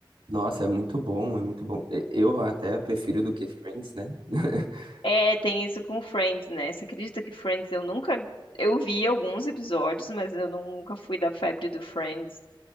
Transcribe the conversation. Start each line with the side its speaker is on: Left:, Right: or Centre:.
Right: Nossa, é muito bom, é muito bom. E- Eu até prefiro do que Friends, né? <laughs>
Left: É, tem isso com Friends, né? Você acredita que Friends eu nunca. Eu vi alguns episódios, mas eu nunca fui da febre do Friends.